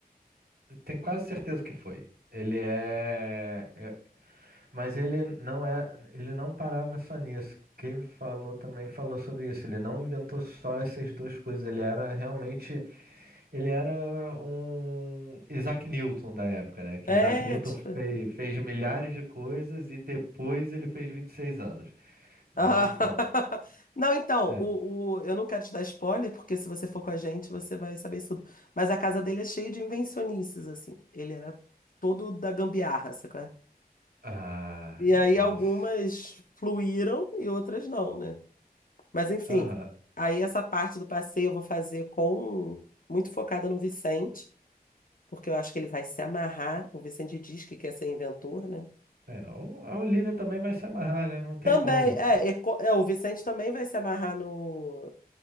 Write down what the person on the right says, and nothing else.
Tenho quase certeza que foi. Ele é. é- Mas ele não é. Ele não parava só nisso. Quem me falou também falou sobre isso. Ele não inventou só essas duas coisas. Ele era realmente Ele era um Isaac Newton da época, né? Que
Isaac Newton
fe- fez, milhares de coisas e depois ele fez 26 anos. Mas
então,
é.
Ah,
nossa.
Aham.
É, o- a Olivia também vai se amarrar, né? Não tem
como.